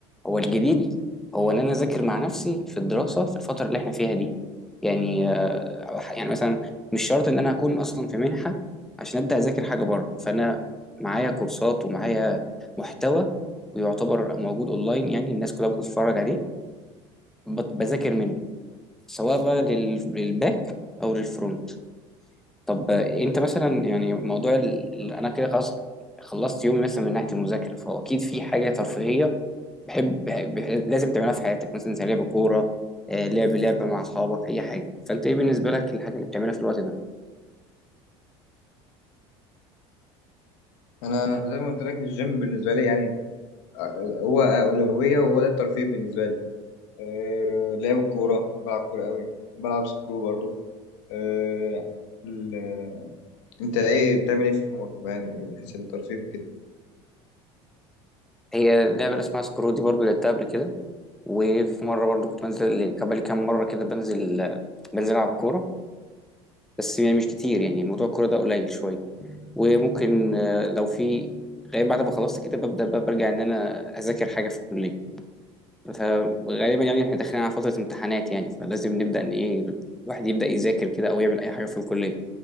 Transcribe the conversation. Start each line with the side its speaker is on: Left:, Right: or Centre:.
Centre: هو الجديد هو ان انا اذاكر مع نفسي في الدراسه في الفتره اللي احنا فيها دي يعني آه، يعني مثلا مش شرط ان انا اكون اصلا في منحه عشان ابدا اذاكر حاجه بره فانا معايا كورسات ومعايا محتوى ويعتبر موجود اونلاين يعني الناس كلها بتتفرج عليه بت- بذاكر منه سواء بقى لل- للباك او للفرونت طب آه، انت مثلا يعني موضوع ال... ال- انا كده خلاص خلصت يومي مثلا من ناحيه المذاكره فهو اكيد في حاجه ترفيهيه بحب ب... لازم تعملها في حياتك مثلا زي لعب كوره آه، لعب لعبه مع اصحابك اي حاجه فانت ايه بالنسبه لك الحاجه اللي بتعملها في الوقت ده
Left: انا زي ما قلت لك الجيم بالنسبه لي يعني ا- هو اولويه وهو ده الترفيه بالنسبه لي أه لعب الكوره بلعب كوره قوي بلعب سكرو برضه أه ال- انت ايه بتعمل ايه في يومك يعني من حيث الترفيه وكده
Centre: هي لعبه اسمها سكرو دي برضو لعبتها قبل كده وفي مره برضو كنت بنزل كبالي كام مره كده بنزل آه، بنزل العب كوره بس يعني مش كتير يعني موضوع الكوره ده قليل شويه وممكن آه، لو في غالبا بعد ما خلصت كده ببدا بقى برجع ان انا اذاكر حاجه في الكليه فغالبا يعني احنا داخلين على فترة امتحانات يعني فلازم نبدأ ان ايه الواحد يبدأ يذاكر كده او يعمل اي حاجة في الكلية